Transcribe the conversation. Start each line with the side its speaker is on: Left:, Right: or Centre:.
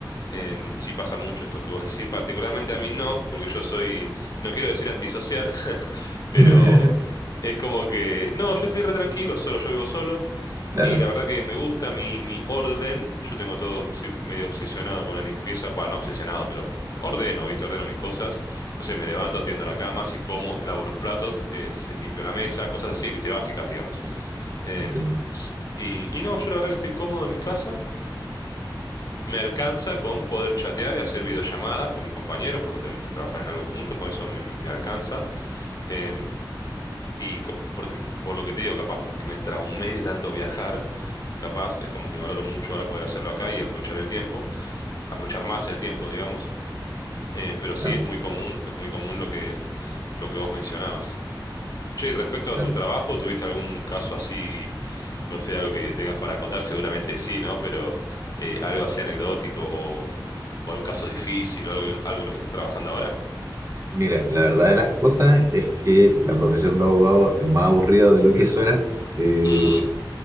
Left: Em, sí pasa mucho esto que vos decís, particularmente a mí no, porque yo soy, no quiero decir antisocial, <laughs> pero
Right: <laughs>
Left: es como que, no, yo estoy re tranquilo, solo, yo vivo solo,
Right: Claro,
Left: y la verdad que me gusta mi, mi orden, yo tengo todo, soy medio obsesionado con la limpieza, bueno, no obsesionado, pero ordeno, ¿viste? Ordeno mis cosas, no sé, me levanto, tiendo la cama, si como, lavo los platos, eh, se- limpio la mesa, cosas así, ¿viste? Básicas, digamos. Em,
Right: entiendo.
Left: y, y no, yo la verdad que estoy cómodo en mi casa me alcanza con poder chatear y hacer videollamadas con mis compañeros cuando tenemos que trabajar en algo juntos, con eso me, me- me alcanza. Em, y co- porque- por lo que te digo, capaz, porque me traumé de tanto viajar, capaz, es como que valoro mucho ahora poder hacerlo acá y aprovechar el tiempo, aprovechar más el tiempo, digamos. Em, pero
Right: Claro,
Left: sí es muy común, es muy común lo que, lo que vos mencionabas. Che, y respecto a
Right: claro.
Left: tu trabajo, ¿tuviste algún caso así, no sé, algo que tengas para contar? Seguramente sí, ¿no? Pero eh, algo así anecdótico o, o algún caso difícil o algo, en- algo en lo que estés trabajando ahora.
Right: Mira, la verdad de las cosas es que la profesión de abogado es más aburrida de lo que suena. Eh,
Left: Mm,